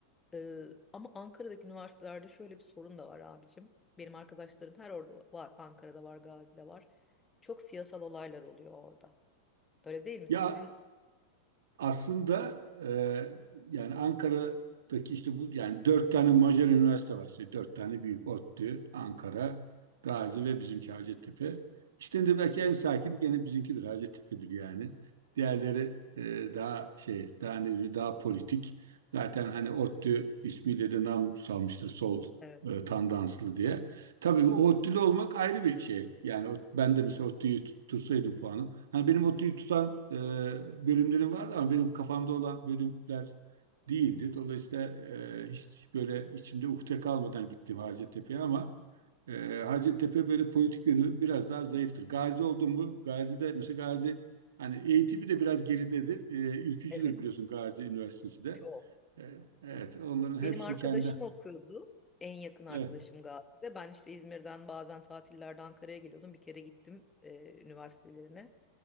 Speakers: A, on the left (about 15°); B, on the right (about 60°).
A: Ee, ama Ankara'daki üniversitelerde şöyle bir sorun da var abicim. Benim arkadaşlarım her orada var. Ankara'da var, Gazi'de var. Çok siyasal olaylar oluyor orada. Öyle değil mi?
B: Ya
A: Sizin
B: aslında e, yani Ankara'daki işte bu yani dört tane Macar üniversite var işte dört tane büyük ODTÜ, Ankara, Gazi ve bizimki Hacettepe. İçlerinde belki en sakini gene bizimkidir Hacettepe'dir yani. Diğerleri e, daha şey daha ne diyeyim, daha politik. Zaten hani ODTÜ ismiyle de nam salmıştır sol
A: Evet.
B: e, tandanslı diye. Tabii ODTÜ'lü olmak ayrı bir şey. Yani o- ben de mesela ODTÜ'yü tutursaydım puanım Hani benim o tüyü tutan e, bölümlerim vardı ama benim kafamda olan bölümler değildi. Dolayısıyla e, hiç böyle içimde ukde kalmadan gittim Hacettepe'ye ama e, Hacettepe böyle politik yönü biraz daha zayıftır. Gazi oldum mu? Gazi'de mesela Gazi hani eğitimi de biraz geridedir. E, ülkücüdür
A: evet.
B: biliyorsun Gazi Üniversitesi de.
A: Çok.
B: E, evet onların hepsini
A: Benim arkadaşım
B: kendi.
A: okuyordu. En yakın arkadaşım
B: Evet,
A: Gazi'de. Ben işte İzmir'den bazen tatillerde Ankara'ya geliyordum. Bir kere gittim e, üniversitelerine.